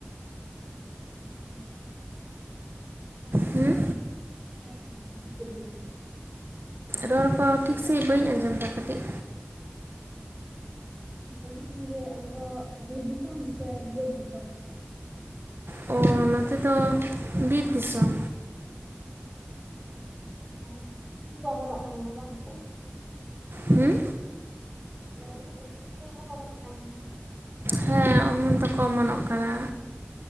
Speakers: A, on the right; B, on the right.
A: <unintelligible> ᱟᱯᱮ
B: ᱦᱩᱸ
A: ᱫᱚ ᱵᱤᱨ ᱫᱤᱥᱟᱹᱢ ᱥᱮ ᱟᱯᱮ ᱵᱤᱞᱚᱛ ᱫᱤᱥᱟᱹᱢ?
B: ᱨᱚᱲ ᱠᱚ ᱴᱷᱤᱠ ᱥᱟᱹᱦᱤᱡ ᱵᱟᱹᱧ ᱟᱸᱡᱚᱢ ᱮᱫᱟ ᱠᱟᱹᱴᱤᱡ
A: ᱢᱮᱱᱫᱟᱹᱧ ᱡᱮ ᱟᱢᱫᱚ ᱵᱤᱨ ᱫᱤᱥᱚᱢ ᱥᱮ ᱵᱤᱞᱚᱛ ᱫᱤᱥᱚᱢ?
B: ᱚ ᱱᱚᱛᱮ ᱫᱚ ᱵᱤᱨ ᱫᱤᱥᱚᱢ᱾
A: ᱟᱪᱪᱷᱟ ᱟᱪᱪᱷᱟ ᱛᱟᱦᱚᱞᱮ ᱠᱤᱪᱷᱩ ᱚᱢᱚᱱᱚᱜ ᱠᱟᱱ ᱜᱮᱭᱟ ᱵᱟᱝ ᱥᱮ?
B: ᱦᱩᱸ
A: ᱢᱮᱱ ᱫᱟᱹᱧ ᱩᱫ ᱯᱩᱴᱠᱟᱹ <unintelligible> ᱚᱢᱚᱱᱚᱜ ᱠᱟᱱ ᱜᱮᱭᱟ᱾
B: ᱦᱮᱸ ᱚᱢᱚᱱ ᱫᱚᱠᱚ ᱚᱢᱚᱱᱚᱜ ᱠᱟᱱᱟ᱾